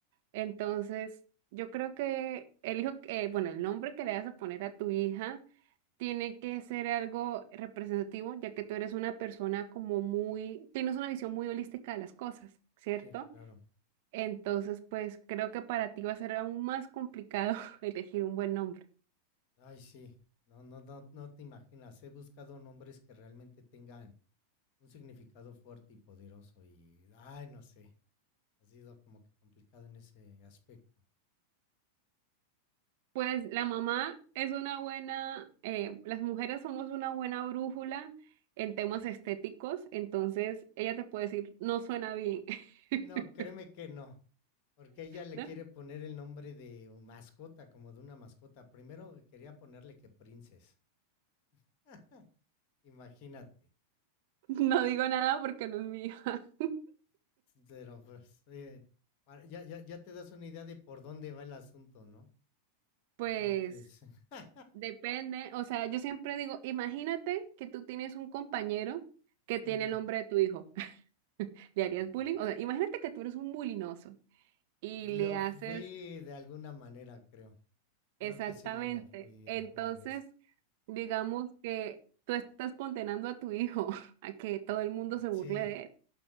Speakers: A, on the right (about 50°); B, on the left (about 40°).
A: Entonces, yo creo que el hijo, que- bueno, el nombre que le vas a poner a tu hija tiene que ser algo representativo, ya que tú eres una persona como muy, tienes una visión muy holística de las cosas, ¿cierto?
B: sí, claro.
A: Entonces, pues creo que para ti va a ser aún más complicado <laughs> elegir un buen nombre.
B: Ay, sí. No, no, no, no te imaginas. He buscado nombres que realmente tengan un significado fuerte y poderoso. Y, ay, no sé. Ha sido como que complicado en ese aspecto.
A: Pues la mamá es una buena, eh, las mujeres somos una buena brújula en temas estéticos, entonces ella te puede decir, no suena bien, <laughs>
B: No, créeme que no. Porque ella le
A: ¿no?
B: quiere poner el nombre de mascota, como de una mascota. Primero quería ponerle que Princess. <laughs> Imagínate.
A: No digo nada porque no es mío. <laughs>
B: Pero pues, eh, para- ya, ya, ya te das una idea de por dónde va el asunto, ¿no?
A: Pues
B: Entonces, <laughs>
A: Depende, o sea, yo siempre digo, imagínate que tú tienes un compañero que tiene
B: ujú,
A: el nombre de tu hijo, <laughs> ¿le harías
B: mm,
A: bullying? O sea, imagínate que tú eres un bulinoso y le
B: lo
A: haces
B: fui de alguna manera, creo. Creo
A: exactamente.
B: que sí lo fui
A: Entonces,
B: alguna vez.
A: digamos que tú estás condenando a tu hijo <laughs> a que todo el mundo se
B: Sí,
A: burle de él.